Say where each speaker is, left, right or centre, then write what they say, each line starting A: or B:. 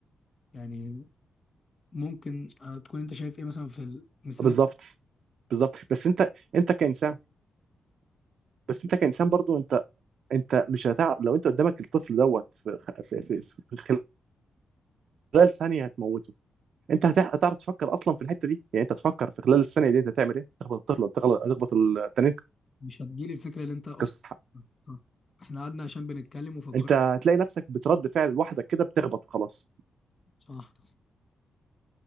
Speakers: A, on the left (about 30°); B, on the right (about 65°).
A: يعني ممكن آه، تكون انت شايف ايه مثلا في المثال
B: بالظبط بالظبط بس انت انت كانسان بس انت كانسان برضو انت انت مش هتعرف لو انت قدامك الطفل دوت في في في, في خلال ثانيه هتموته انت هتع- هتعرف تفكر اصلا في الحته دي يعني انت تفكر في خلال الثانيه دي انت هتعمل ايه تخبط الطفل ولا تغل- تخبط التاني
A: مش هتجيلي الفكرة اللي انت اصلا
B: تكسر
A: آه. احنا قعدنا عشان بنتكلم وفكرنا
B: انت هتلاقي نفسك بترد فعل لوحدك كده بتخبط وخلاص
A: صح